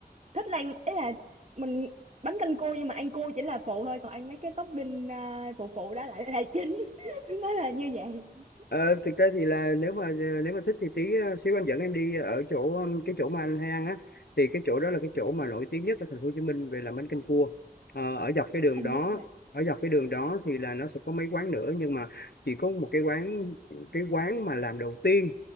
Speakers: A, on the right; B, on the left.
A: thích là ý là mình bánh canh cua nhưng mà ăn cua chỉ là phụ thôi còn ăn mấy cái topping à, phụ phụ đó lại là chính <laughs> nó là như vậy
B: Ờ, thực ra thì là nếu mà ờ, nếu mà thích thì tí ờ, xíu anh dẫn em đi ở chỗ um, cái chỗ mà anh hay ăn á thì cái chỗ đó là cái chỗ mà nổi tiếng nhất ở thành phố Hồ Chí Minh về làm bánh canh cua Ờ, ở dọc cái đường
A: hình
B: đó
A: như là
B: ở dọc cái đường đó thì là nó sẽ có mấy quán nữa nhưng mà chỉ có một cái quán cái quán mà làm đầu tiên